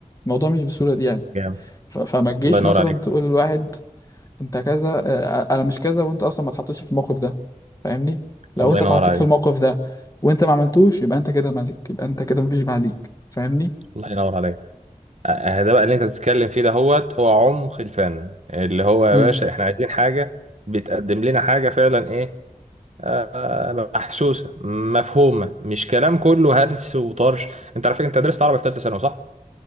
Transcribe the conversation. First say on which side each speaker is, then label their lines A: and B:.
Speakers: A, on the left (about 25°); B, on the right (about 55°).
A: الموضوع مش بالسهولة دي يعني
B: جامد
A: ف- فما تجيش
B: الله ينور
A: مثلا
B: عليك
A: تقول لواحد انت كذا آه، آه، انا مش كذا وانت اصلا ما اتحطيتش في الموقف ده فاهمني لو
B: الله
A: انت
B: ينور
A: اتحطيت
B: عليك
A: في الموقف ده وانت ما عملتوش يبقى انت كده ملك يبقى انت كده مفيش بعديك فاهمني
B: الله ينور عليك آه، ده بقى اللي انت بتتكلم فيه ده هوت هو عمق الفن اللي هو يا
A: امم
B: باشا احنا عايزين حاجة بتقدم لنا حاجة فعلا ايه آه، محسوسة مفهومة مش كلام كله هلس وطرش انت عارف انت درست عربي في ثالثة ثانوي صح؟